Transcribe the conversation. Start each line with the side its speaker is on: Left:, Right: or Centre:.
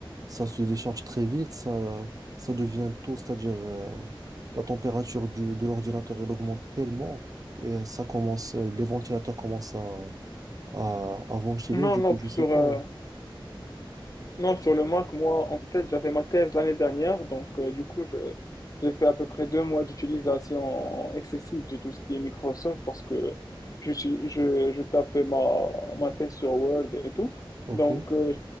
Right: ça se décharge très vite, ça, ça devient tôt, c'est-à-dire euh, la température du, de l'ordinateur, elle augmente tellement et ça commence, les ventilateurs commencent à, à, à ventiler,
Left: non,
Right: du
Left: non,
Right: coup, je sais
Left: sur,
Right: pas.
Left: euh, Non, sur le Mac, moi, en fait, j'avais ma thèse l'année dernière, donc euh, du coup, je- j'ai fait à peu près deux mois d'utilisation excessive de tout ce qui est Microsoft parce que je, suis- je, je tapais ma, ma thèse sur Word et tout.
Right: Ok,
Left: Donc, euh,